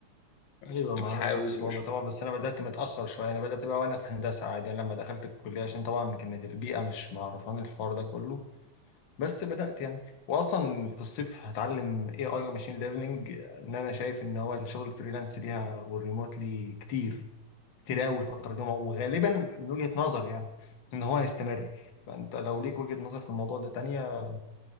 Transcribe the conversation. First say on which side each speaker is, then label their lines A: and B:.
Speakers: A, on the left (about 50°); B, on the left (about 75°).
A: ايوه
B: كنت
A: ما
B: بتحاول
A: انا نفس الوضع
B: وش-
A: طبعا بس انا بدات متاخر شويه انا بدات بقى وانا في هندسه عادي انا لما دخلت الكليه عشان طبعا كانت البيئه مش معرفاني الحوار ده كله بس بدأت يعني واصلا في الصيف هتعلم اي اي وماشين ليرنينج ان انا شايف ان هو الشغل الفريلانس ليها والريموتلي كتير كتير قوي الفترة دي وغالبا من وجهة نظر يعني ان هو هيستمر فانت لو ليك وجهة نظر في الموضوع ده تانية